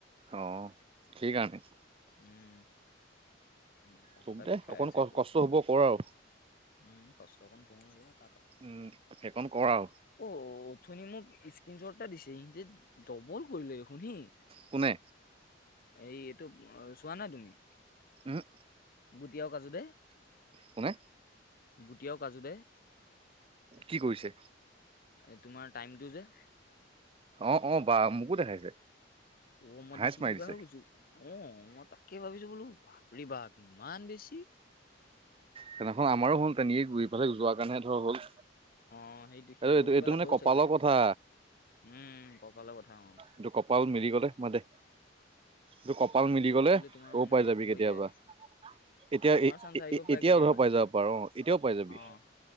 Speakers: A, on the right; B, on the left.
A: অ সেইকাৰনে।
B: উম। মাথা
A: হোক
B: চাথা
A: দে
B: বিষাই
A: অকন
B: আছে
A: ক
B: পুৰা
A: কষ্ট হব কৰ আৰু।
B: উম কষ্ট অকণ কৰো ইয়াত।
A: উম সেইকন কৰ আও।
B: অ অথনি মোক স্কিন শ্বট এটা দিছে সিহতে ডবল কৰিলে দেখোন হেই।
A: কোনে?
B: এই এইটো চোৱা নাই তুমি?
A: উহু।
B: গোটি আৰু কাজু দাই।
A: কোনে?
B: গুটি আৰু কাজু দাই।
A: কি কৰিছে?
B: এই তোমাৰ টাইমটো যে।
A: অ অ বা মোকো দেখাইছে।
B: অ মই
A: হাইচ
B: দেখি
A: মাৰি
B: কিবা
A: দিছে
B: হৈ গৈছো। অ মই তাকে ভাবিছো বোলো বাপৰে বাপ ইমান বেছি।
A: হেদিনাখন আমাৰো হল তেনে গৈ পেলাই যোৱাৰ কাৰণে ধৰ হ'ল।
B: অ' সেইটো সিহঁতৰ
A: এই এইটো
B: কিবা
A: এইটো
B: এটা
A: মানে
B: হ'ল
A: কপালৰ
B: চাগে
A: কথা
B: উম কপালৰ কথা অ।
A: এইটো কপাল মিলি গ'লে মই দে তোৰ কপাল মিলি গলে
B: তোমাৰ
A: তও
B: মানে
A: পাই যাবি
B: হৈ
A: কেতিয়াবা।
B: যায়
A: এতিয়া
B: আমাৰো
A: এতিয়াও
B: চান্স আহিব পাৰে কেতিয়াবা
A: ধৰ পাই যাব পাৰ অ এতিয়াও পাই যাবি।
B: অ'